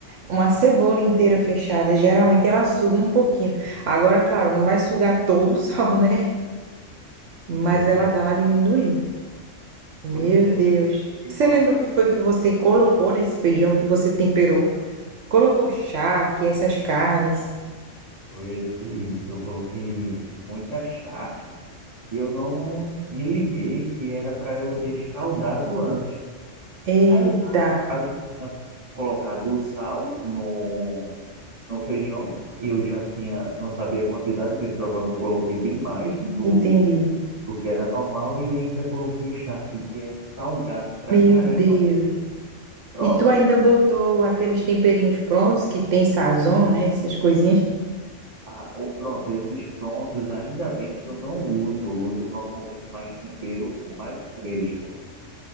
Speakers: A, on the right; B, on the right.
A: uma cebola inteira fechada. Geralmente ela suga um pouquinho. Agora, claro, não vai sugar todo o <laughs> sal, né? Mas
B: Pois
A: ela
B: é,
A: dá uma diminuída. Meu
B: pois é.
A: Deus.
B: Fiz
A: Você
B: uma
A: lembra
B: mágoa.
A: o que foi que você colocou nesse feijão que você temperou? Colocou charque, essas carnes.
B: Eu ia dizer isso. Eu coloquei muita charque e eu não me liguei que era para eu ter escaldado antes.
A: Eita,
B: Aí eu, aí eu tinha colocado o sal no no feijão e eu já tinha, não sabia a quantidade, bem provável eu coloquei bem mais do,
A: entendi.
B: do que era normal e ainda coloquei charque, que é salgado pra
A: Meu
B: caramba.
A: Deus.
B: Pronto.
A: E tu ainda botou aqueles temperinhos prontos que tem sazon, né? Essas coisinhas.
B: Ah, o pronto, esses prontos, ainda bem que eu não uso, eu uso normalmente mais tempero, mais fresco.